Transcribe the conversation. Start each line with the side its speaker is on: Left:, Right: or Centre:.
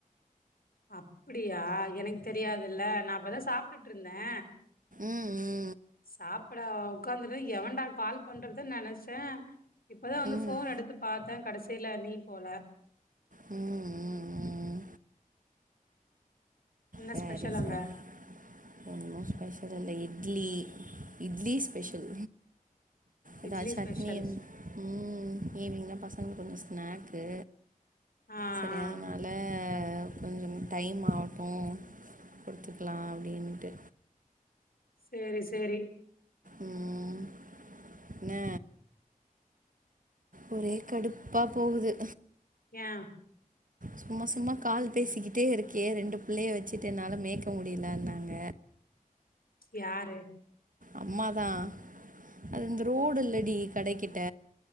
Left: அப்புடியா எனக்த் தெரியாதுல்ல நா அப்பதா சாப்ட்டுட்ருந்தே
Right: ம் ம்
Left: சாப்புட உக்காந்தது எவண்டா கால் பண்றதுன்னு நெனச்ச இப்பதா வந்து
Right: ம்
Left: ஃபோன் எடுத்து பாத்த கடைசில நீ போல
Right: ம் ம் ம்
Left: என்ன
Right: சரி
Left: ஸ்பெஷல் அங்க
Right: சரி ஒன்னு ஸ்பெஷல்ல இட்லி இட்லி ஸ்பெஷல் எதா
Left: இட்லி
Right: சட்னிந்
Left: ஸ்பெஷல்
Right: ம் ஈவினிங்தா பசங்களுக்கு கொஞ்ச ஸ்நாக்கு
Left: ஆ ஆ
Right: செரி அதனா ல கொஞ்சம் டைம் ஆவுட்டு குடுத்துக்லா அப்டின்ட்டு
Left: செரி சேரி
Right: ம் ன்ன ஒரே கடுப்பா போகுது
Left: யெ
Right: சும்மா சும்மா கால் பேசிக்கிட்டே இருக்கியே ரெண்டு பிள்ளய வச்சுட்டு என்னால மேய்க முடியலன்னாங்க
Left: யாரு
Right: அம்மாதா அது இந்த ரோடு இல்லடி கடைக்கிட்ட